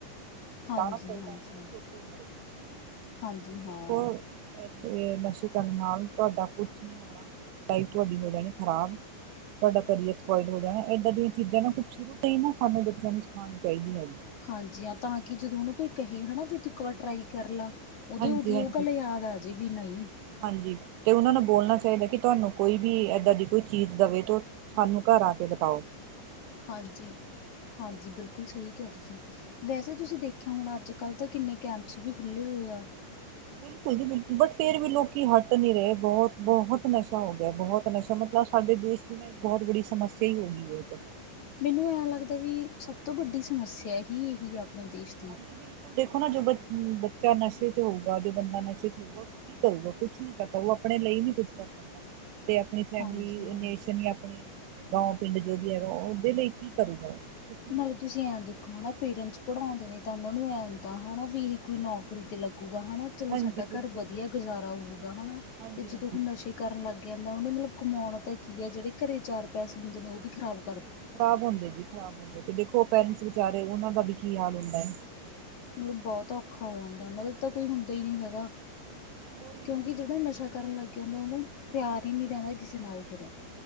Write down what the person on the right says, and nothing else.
ਪਵੇਗਾ।
<unintelligible>
ਨਸ਼ੇ ਕਰਨ ਨਾਲ ਤੁਹਾਡਾ ਕੁਛ ਨਹੀਂ ਹੋਣਾ ਲਾਈਫ ਤੁਹਾਡੀ ਹੋ ਜਾਣੀ ਖ਼ਰਾਬ ਤੁਹਾਡਾ ਕਰੀਅਰ ਸਪੋਇਲ ਹੋ ਜਾਣਾ ਇੱਦਾਂ ਦੀਆਂ ਚੀਜ਼ਾਂ ਨਾ ਕੁਛ ਸ਼ੁਰੂ ਤੋਂ ਹੀ ਨਾ ਸਾਨੂੰ ਬੱਚਿਆਂ ਨੂੰ ਸਿਖਾਉਣੀ ਚਾਹੀਦੀ ਹੈਗੀ
ਹਾਂਜੀ
ਹਾਂਜੀ
ਹਾਂਜੀ ਤੇ ਉਹਨਾਂ ਨੂੰ ਬੋਲਣਾ ਚਾਹੀਦਾ ਕਿ ਤੁਹਾਨੂੰ ਕੋਈ ਵੀ ਏਦਾਂ ਦੀ ਕੋਈ ਚੀਜ਼ ਦੇਵੇ ਤੋਂ ਸਾਨੂੰ ਘਰ ਆ ਕੇ ਬਿਤਾਓ।
ਬਿਲਕੁਲ ਜੀ ਬਿਲਕੁਲ, ਬਟ ਫੇਰ ਵੀ ਲੋਕੀ ਹੱਟ ਨੀ ਰਹੇ ਬਹੁਤ-ਬਹੁਤ ਨਸ਼ਾ ਹੋ ਗਿਆ ਬਹੁਤ ਨਸ਼ਾ ਮਤਲਬ ਸਾਡੇ ਦੇਸ਼ ਦੀ ਨਾ ਬਹੁਤ ਬੜੀ ਸਮੱਸਿਆ ਹੀ ਹੋ ਗਈ ਏ ਇਹ ਤਾਂ।
ਹਾਂਜੀ ਬਿਲਕੁਲ ਦੇਖੋ ਨਾ, ਜੋ ਬ ਬੱਚਾ ਨਸ਼ੇ 'ਚ ਹੋਊਗਾ, ਜੋ ਬੰਦਾ ਨਸ਼ੇ ਚ ਹੋਊਗਾ। ਕੀ ਕਰੂਗਾ ਕੁਛ ਨੀ ਕਰਦਾ। ਉਹ ਆਪਣੇ ਲਈ ਨੀ ਕੁੱਝ ਕਰ ਸਕਦਾ। ਤੇ ਆਪਣੀ ਫੈਮਿਲੀ
ਰਲੇਸਨ ਆਪਣੀ ਗਾ ਪਿੰਡ ਜੋ ਵੀ ਹੈਗਾ ਉਹਦੇ ਲਈ ਕੀ ਕਰੂਗਾ ਉਹ। ਵੀ ਨਹੀਂ
ਕਰ ਸਕਦਾ
ਹਾਂਜੀ
ਬਿਲਕੁਲ
ਹਾਂਜੀ
ਹਾਂਜੀ
ਖ਼ਰਾਬ ਹੁੰਦੇ ਜੀ ਖ਼ਰਾਬ ਹੁੰਦੇ ਜੀ ਤੇ ਦੇਖੋ ਪੇਰੈਂਟਸ ਵਿਚਾਰੇ ਉਹਨਾਂ ਦਾ ਵੀ ਕੀ ਹਾਲ ਹੁੰਦਾ ਏ।
ਉਹੀ
ਨਾ ਜੀ